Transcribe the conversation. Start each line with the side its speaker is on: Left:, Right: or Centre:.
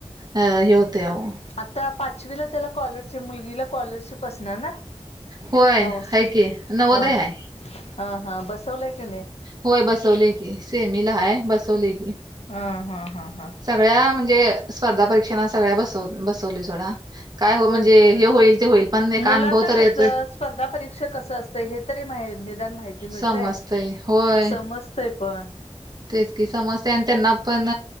Right: हे होते अहो.
Left: आता पाचवीला त्याला कॉलरशिप मुलगीला स्कॉलरशिप असणार ना.
Right: होय
Left: नव
Right: हाय कि नवोदय
Left: हा
Right: हाय.
Left: हा हा बसवलंय का नाही?
Right: होय बसवले की सेमी ला हाय बसवले की.
Left: ह हा हा हा.
Right: सगळ्या म्हणजे स्पर्धा परीक्षांना सगळ्या बसव बसवलय सोडा. काय हो
Left: होय
Right: म्हणजे हे होईल ते होईल पण एक
Left: मुलांना
Right: अनुभव तर
Left: कसं
Right: येतोय
Left: स्पर्धा परीक्षा कस अस हे तरी माहि निदान माहिती मिळतेय
Right: समजतय होय
Left: समजतय पण.
Right: तेच कि समजते आणि त्यांना पण